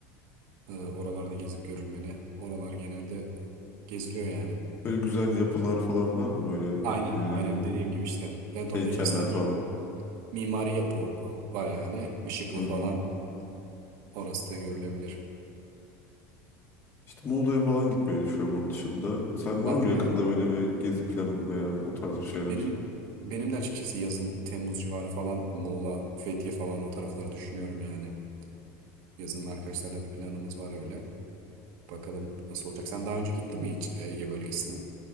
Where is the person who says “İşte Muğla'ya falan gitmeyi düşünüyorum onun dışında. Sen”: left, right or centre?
Left